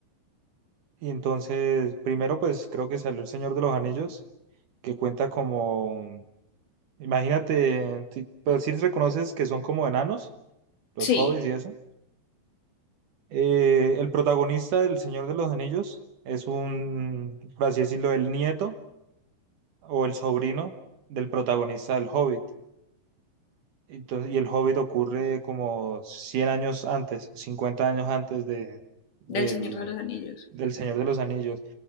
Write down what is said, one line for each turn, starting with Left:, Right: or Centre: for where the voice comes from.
Right: Y entonces, primero, pues creo que salió El Señor de los Anillos, que cuenta como, imagínate, si, pero si reconoces que son como enanos, los
Left: Sí,
Right: hobbits y eso. Eh, el protagonista del Señor de los Anillos es un, por así decirlo, el nieto o el sobrino del protagonista del Hobbit. Entonces, y el Hobbit ocurre como 100 años antes, 50 años antes de, del,
Left: del Señor de los Anillos.
Right: del Señor de los Anillos.